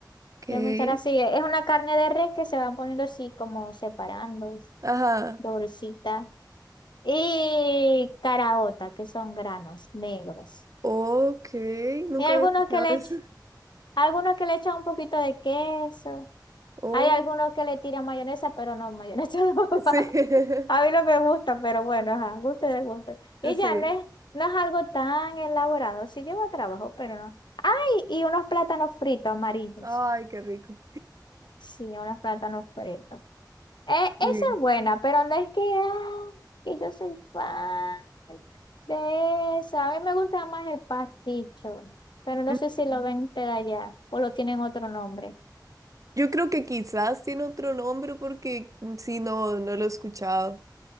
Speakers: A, on the right; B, on the left.
A: ok,
B: Desmechar así, es una carne de res que se van poniendo así como separando,
A: ajá,
B: dorcita. Y caraota, que son granos negros.
A: ok, nunca
B: Hay algunos
A: había escuchado
B: que le, ech-
A: eso.
B: algunos que le echan un poquito de queso.
A: Ok,
B: Hay algunos que le tiran mayonesa, pero no, mayonesa <laughs> no
A: sí.
B: va.
A: <laughs>
B: A mí no me gusta, pero bueno, ajá, gusto de gusto. Y
A: Sí.
B: ya no es, no es algo tan elaborado. Sí lleva trabajo, pero no. Y, y unos plátanos fritos amarillos.
A: Ay, qué rico.
B: Sí, unos plátanos fritos. Eh, esa
A: Sí.
B: es buena, pero no es que, ah, que yo soy fan de esa. A mí me gusta más el pasticho, pero no
A: Mm.
B: sé si lo ven de allá o lo tienen otro nombre.
A: Yo creo que quizás tiene otro nombre porque mm, sí, no, no lo he escuchado.